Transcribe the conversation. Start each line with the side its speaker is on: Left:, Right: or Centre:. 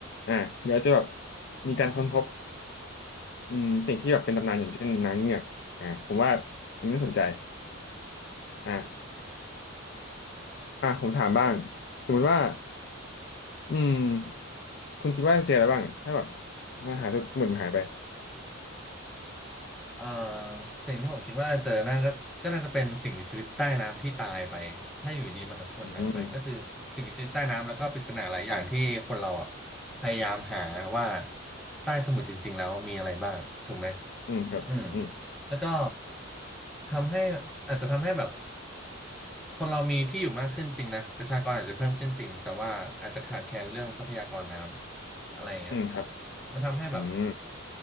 Left: อ่าหรืออาจจะแบบมีการค้นพบอืมสิ่งที่แบบเป็นตำนานอย่างเช่นนางเงือกอ่าผมว่าอันนี้น่าสนใจอ่าอ่าผมถามบ้าง
Centre: ใช่
Left: สมมติว่าอืมคุณคิดว่าจะเจออะไรบ้างอะถ้าแบบอาหายไปสมุดมันหายไป
Centre: เอ่อสิ่งที่ผมคิดว่าเจอหน้าก็ก็น่าจะเป็นสิ่งมีชีวิตใต้น้ำที่ตายไปถ้าอยู่ดีมหาสมุทรหายไปก็คือสิ่งมีชีวิตใต้น้ำแล้วก็ปริศนาหลายอย่างที่คนเราอ่ะ
Left: อืม
Centre: พยายามหาว่าใต้สมุทรจริงๆแล้วมีอะไรบ้างถูกไหม
Left: อืมครับอืม
Centre: อืมแล้วก็ทำให้อาจจะทำให้แบบคนเรามีที่อยู่มากขึ้นจริงนะประชากรอาจจะเพิ่มขึ้นจริงแต่ว่าอาจจะขาดแคลนเรื่องทรัพยากรน้ำอะไรเงี้ย
Left: อืมครับ
Centre: มันทำให้แบบ
Left: อืม